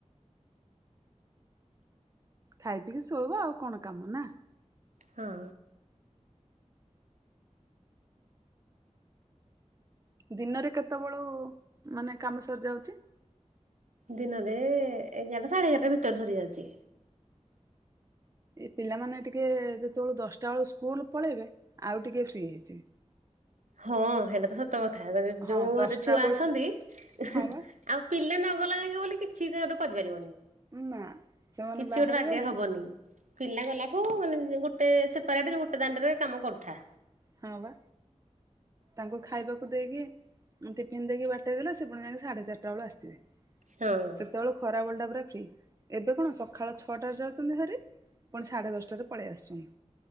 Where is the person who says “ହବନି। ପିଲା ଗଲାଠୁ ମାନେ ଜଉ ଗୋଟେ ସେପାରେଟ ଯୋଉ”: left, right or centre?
Right